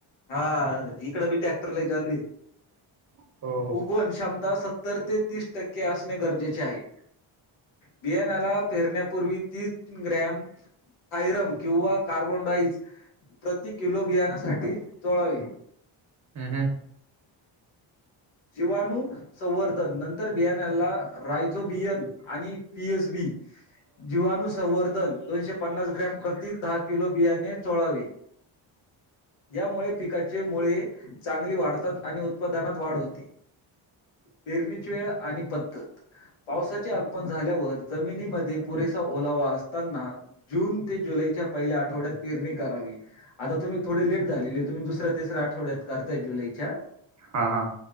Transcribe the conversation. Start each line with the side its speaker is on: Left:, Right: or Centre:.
Left: हा इकड बी टॅक्टरला जाल
Right: हो हो
Left: उगण क्षमता सत्तर ते तीस टक्के असणे गरजेचे आहे बियाणाला फेरण्यापूर्वी तीच ग्रॅम सायरम किंवा कार्बोन डाईस प्रति किलो बियाण्यासाठी चोळावे
Right: हम् हम्
Left: जीवाणू संवर्धन नंतर बियानला रायझो बियन आणि पी एस बी जीवाणुसंवर्धन दोनशे पन्नास ग्रॅम प्रति दहा किलो बियाणे चोळावी यामुळे पिकाचे मुळे चांगली वाढतात आणि उत्पादनात वाढत पेरणीची वेळ आणि पद्धत पावसाचे आगमन झाल्यावर जमिनीमध्ये पुरेसा ओलावा असताना जून ते जुलैच्या पहिल्या आठवड्यात पेरणी करावी आता तुम्ही थोडे लेट झालेले तुम्ही दुसऱ्या तिसऱ्या आठवड्यात करताय जुलैच्या
Right: हा हा